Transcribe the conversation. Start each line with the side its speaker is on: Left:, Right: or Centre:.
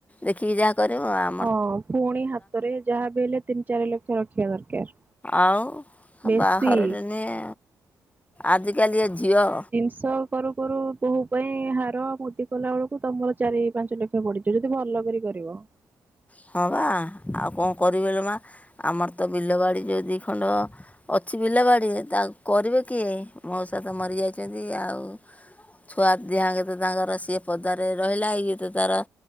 Left: ଦେଖିକି ଯାହା କରିବ ଆଉ
Right: ହଁ ପୁଣି ହାତରେ ଯାହା ବି ହେଲେ ତିନି ଚାରି ଲକ୍ଷ ରଖିବା ଦରକାର।
Left: ଆଉ
Right: ବେଶୀ
Left: ବାହାଘରରେ ନୁଏ ଆଜିକାଲିକା ଝିଅ
Right: ଷ କରୁ କରୁ ବୋହୂ ପାଇଁ ହାର, ମୁଦି କଲାବେଳକୁ ତମର ଚାରି ପାଞ୍ଚ ଲକ୍ଷ ପଡିିଯିବ, ଯଦି ଭଲ କରି କରିବ।
Left: ହଁ ବା ଆଉ କଣ କରିବି ଲୋ ମା ଆମର ତ ବିଲ ବାଡି ଯୋଉ ଦିଖଣ୍ଡ ଅଛି ବିଲ ବାଡି ତା କରିବେ କିଏ? ମଉସା ତ ମରିଯାଇଛନ୍ତି ଆଉ ଛୁଆ ଦିହାଙ୍କେ ତ ତାଙ୍କର ସିଏ ପଦାରେ ରହିଲା ଇଏ ତ ତାର